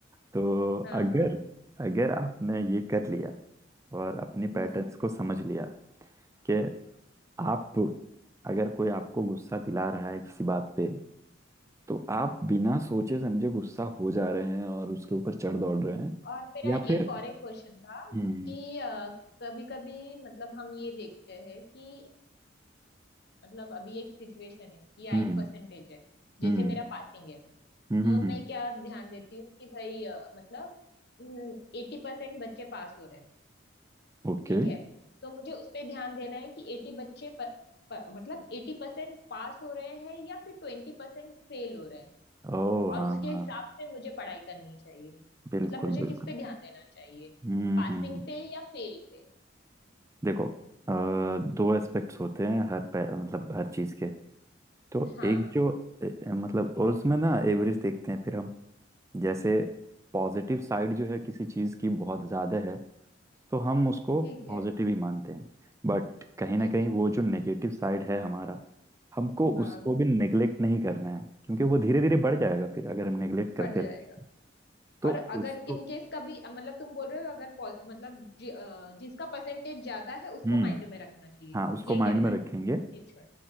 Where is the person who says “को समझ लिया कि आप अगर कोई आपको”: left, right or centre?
Right